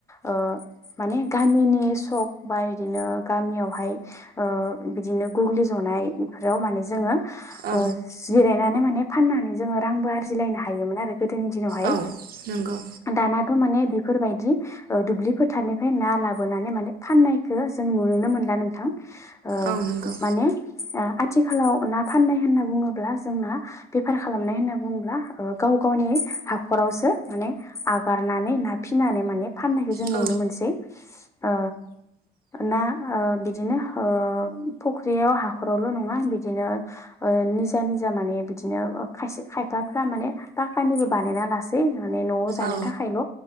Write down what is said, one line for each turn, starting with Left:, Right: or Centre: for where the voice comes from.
Left: ओ माने गामिनि सक बा बिदिनो गामियावहाय ओ बिदिनो गग्लि जन नाय बेफोराव माने जोङो
Right: औ
Left: ओ जिरायनानै माने फाननानै जोङो रांबो आरजिलायनो हायोमोन आरो गोदोनि दिनावहाय।
Right: औ नंगौ
Left: दाना थ' माने बेफोरबायदि ओ दुब्लि फोथारनिफ्राय ना लाबोनानै माने फाननायखौ जों नुोनोनो मोनला नोंथां। ओ
Right: औ नंगौ
Left: माने आथिखालाव ना फाननाय होनना बुङो ब्ला जोंना बेफार खालामनाय होनना बुङोब्ला ओ गाव गावनि हाखरावसो माने आ नागारनानै ना फिनानै माने फाननायखौ जों
Right: औ
Left: नुनोमोनसै ओ ना ओ बिदिनो ओ फख्रियाव हाखरावल' नङा बिदिनो ओ नि निजा निजा माने बिदिनो खायसे खायफाफ्रा माने पाखानिबो बानायना लासै। माने न'आव जानो
Right: औ
Left: थाखायल'